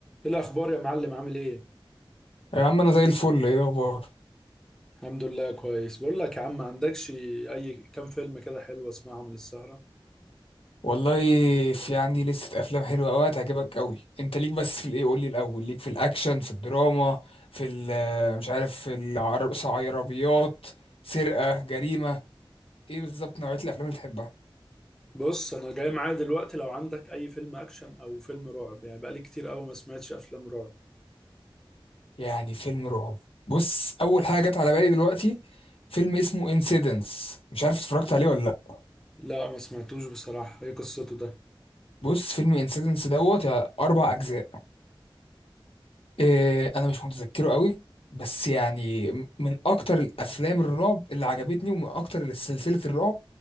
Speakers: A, in the centre; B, on the left (about 85°).
A: ايه الاخبار يا معلم عامل ايه
B: يا عم انا زي الفل ايه الاخبار
A: الحمد لله كويس بقول لك يا عم ما عندكش اي كام فيلم كده حلو اسمعهم للسهرة
B: والله في عندي لستة افلام حلوه قوي هتعجبك قوي انت ليك بس في الايه قول لي الاول ليك في الاكشن في الدراما في ال- آه، مش عارف في العر- العربيات سرقه جريمه ايه بالظبط نوعيه الافلام اللي تحبها
A: بص انا جاي معايا دلوقتي لو عندك اي فيلم اكشن او فيلم رعب يعني بقالي كتير قوي ما سمعتش افلام رعب
B: يعني فيلم رعب بص اول حاجه جت على بالي دلوقتي فيلم اسمه انسيدنس مش عارف اتفرجت عليه ولا لا
A: لا ما سمعتوش بصراحة ايه قصته ده انا
B: بص فيلم انسيدنس دوت اربع اجزاء إيه انا مش متذكره قوي بس يعني م- من اكتر الافلام الرعب اللي عجبتني ومن اكتر سلسله الرعب